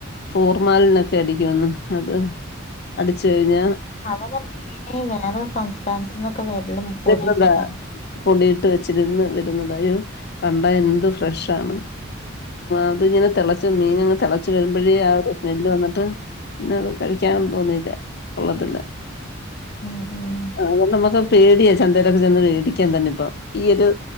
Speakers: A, on the left; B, on the left.
A: ഫോർമാലിനൊക്കെ അടിക്കന്ന് അത് അടിച് കഴിഞ്ഞ
B: അതെല്ലെ മെയിന് വേറെ സംസ്ഥാനത്ത്ന്നൊക്കെ വരലും പൊടി
A: <unintelligible>
B: ഇട്ട്ക്കാണ്ട്
A: പൊടിയിട്ട് വെച്ചിരുന്ന് വരുന്നതായും ക അത് എന്ത്‌ ഫ്രഷാണ് അത്ങ്ങനെ തെളച്ച മീന്ങ്ങനെ തെള ളച്ച് വരുമ്പോഴ ആഹ് ഒരു സ്മെല്ല് വന്ന്ട്ട് പിന്നെ കഴിക്കാൻ തോന്നില്ല കൊള്ളത്തില്ല.
B: ഉം ഉം
A: അഹ് നമ്മക്ക് പേടിയ. ചന്തരക്കെ ചെന്ന് മേടിക്കാൻ തന്നെ ഇപ്പം ഈയെരു